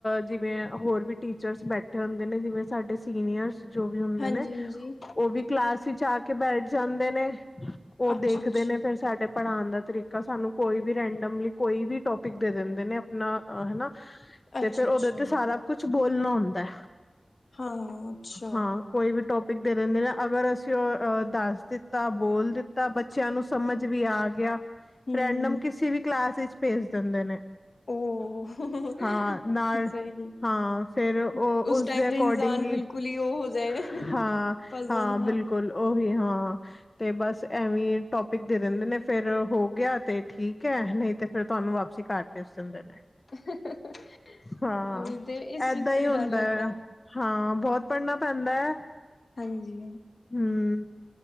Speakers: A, on the left (about 40°); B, on the left (about 80°).
A: ਜਿਵੇਂ ਹੋਰ ਵੀ ਟੀਚਰਸ ਬੈਠੇ ਹੁੰਦੇ ਨੇ ਜਿਵੇਂ ਸਾਡੇ ਸੀਨੀਅਰਸ ਜੋ ਵੀ ਹੁੰਦੇ
B: ਹਾਂਜੀ
A: ਨੇ
B: ਹਾਂਜੀ
A: ਉਹ ਵੀ ਕਲਾਸ ਵਿੱਚ ਆ ਕੇ ਬੈਠ ਜਾਂਦੇ ਨੇ। ਉਹ
B: ਅੱਛਾ
A: ਦੇਖਦੇ
B: ਅੱਛਾ
A: ਨੇ ਫਿਰ ਸਾਡੇ ਪੜ੍ਹਾਂਣ ਦਾ ਤਰੀਕਾ ਸਾਨੂੰ ਕੋਈ ਵੀ ਰੈਂਡਮਲੀ ਕੋਈ ਵੀ ਟੋਪਿਕ ਦੇ ਦਿੰਦੇ ਨੇ ਆਪਣਾ ਹਨਾ। ਤੇ
B: ਅੱਛਾ
A: ਫਿਰ ਉਹਦੇ
B: ਅੱਛਾ
A: ਤੇ ਸਾਰਾ ਕੁਛ ਬੋਲਣਾ ਹੁੰਦਾ।
B: ਹਾਂ ਅੱਛਾ।
A: ਹਾਂ ਕੋਈ ਵੀ ਟੋਪਿਕ ਦੇ ਦਿੰਦੇ ਨੇ ਅਗਰ ਅਸੀਂ ਉਹ ਦੱਸ ਦਿੱਤਾ ਬੋਲ ਦਿੱਤਾ ਬੱ ਬੱਚਿਆਂ ਨੂੰ ਸਮਝ ਵੀ ਆ ਗਿਆ
B: ਹਮ
A: ਰੈਂਡਮ ਕਿਸੀ ਵੀ ਕਲਾਸ ਵਿੱਚ ਭੇਜ ਦਿੰਦੇ ਨੇ।
B: ਉਹ ਸਹੀ
A: ਹਾਂ ਨਾਲ
B: ਹੈ
A: ਹਾਂ ਫਿਰ ਉਹ
B: ਉਸ
A: ਉਸਦੇ
B: ਟਾਈਮ
A: ਅਕੋਰਡਿੰਗ
B: ਤੇ ਇਨਸਾਨ
A: ਹੀ
B: ਬਿਲਕੁਲ ਕੁਲੀ ਉਹ ਹੋ ਜਾਏ
A: ਹਾਂ,
B: ਪਜਲ
A: ਹਾਂ ਬਿਲਕੁਲ ਉਹੀ ਹੈ ਹਾਂ। ਤੇ ਬਸ ਐਵੀਂ ਟੋਪਿਕ ਦੇ ਦਿੰਦੇ ਨੇ ਫੇਰ ਹੋ ਗਿਆ ਤੇ ਠੀਕ ਹੈ ਨਹੀਂ ਤੇ ਫੇਰ ਤੁਹਾਨੂੰ ਵਾਪਸੀ ਘਰ ਭੇਜ ਦਿੰਦੇ ਨੇ।
B: <inaudible>
A: ਹਾਂ
B: ਉਹੀ ਤੇ ਇਸ
A: ਏਦਾਂ
B: ਚੀਜ਼ ਤੋਂ
A: ਹੀ ਹੁੰਦਾ
B: ਡਰ ਲੱਗਦਾ
A: ਹੈ ਹਾਂ ਬਹੁਤ ਪੜ੍ਹਨਾ ਪੈਂਦਾ।
B: ਹਾਂਜੀ
A: ਹੂੰ